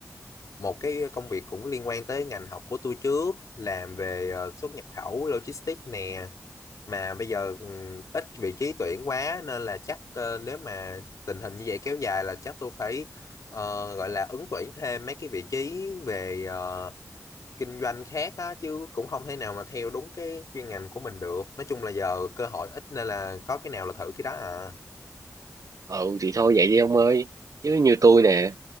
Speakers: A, on the left; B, on the right.
A: một cái công việc cũng liên quan tới ngành học của tôi trước làm về ờ, xuất nhập khẩu logistics nè mà bây giờ ừm, ít vị trí tuyển quá nên là chắc ờ, nếu mà tình hình như vậy kéo dài là chắc tôi phải ờ, gọi là ứng tuyển thêm mấy cái vị trí về ờ, kinh doanh khác á chứ cũng không thể nào mà theo đúng cái chuyên ngành của mình được nói chung là giờ cơ hội ít nên là có cái nào là thử cái đó à
B: ừ thì thôi vậy đi ông ơi chứ như tôi nè